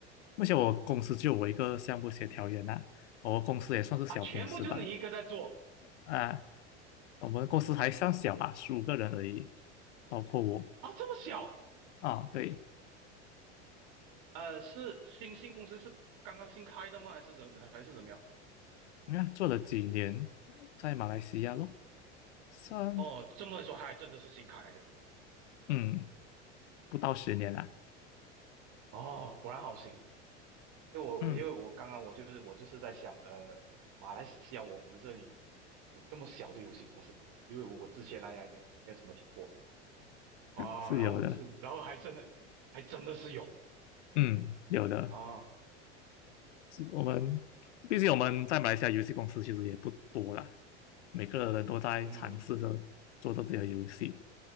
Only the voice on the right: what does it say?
啊？全部就是一个在做
啊，这么小？
呃，是新新公司是刚刚新开的吗？还是怎还是怎么样？
哦，这么说还真的是新开的。
哦，果然好行，因为我因为我刚刚我就是我就是在想，
呃，马来西亚我们这里有这么小的游戏公司吗？我因为我之前大呀也也没有怎么听过啊、
然后你是，然后还真的还真的是有
啊，
嗯